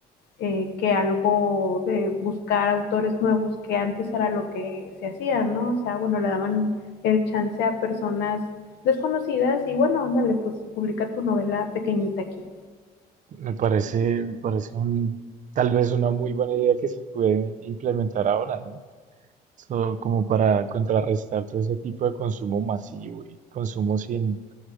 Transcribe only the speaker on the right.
Me parece, me parece un, tal vez una muy buena idea que se puede implementar ahora, ¿no? So, como para contrarrestar todo ese tipo de consumo masivo y consumo sin